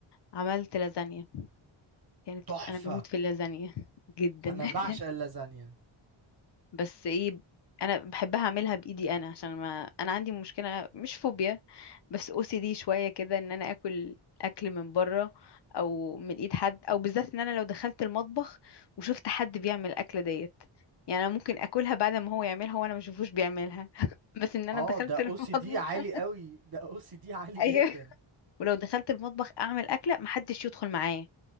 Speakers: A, on the left (about 55°); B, on the right (about 45°).
A: عملت لازانيا كانت
B: تحفة
A: انا بموت في اللازانيا جدا
B: انا
A: <laughs>
B: بعشق اللازانيا
A: بس ايه انا بحبها اعملها بايدي انا عشان ما انا عندي مشكله مش فوبيا بس او سي دي شويه كده ان انا اكل اكل من بره او من ايد حد او بالذات ان انا لو دخلت المطبخ وشفت حد بيعمل الاكله ديت يعني انا ممكن اكلها بعد ما هو يعملها وانا ما اشوفوش بيعملها <laughs> بس ان انا
B: اه
A: دخلت
B: ده او
A: المطبخ
B: سي دي عالي
A: <laughs>
B: قوي ده او سي دي عالي
A: ايوه
B: جدا
A: ولو دخلت المطبخ اعمل اكله محدش يدخل معايا